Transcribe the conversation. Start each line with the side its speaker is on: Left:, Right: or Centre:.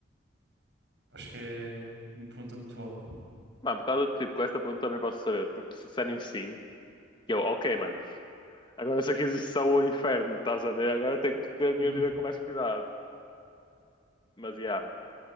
Right: Acho que é uma pergunta muito válida.
Left: Mano, por causa que tipo, com esta pergunta também posso saber, porque se disserem sim, eu, ok, mano, agora se aqui existe só o inferno, estás a ver? Agora tenho que ter a minha
Right: Uhum.
Left: vida com mais cuidado. Mas, yeah,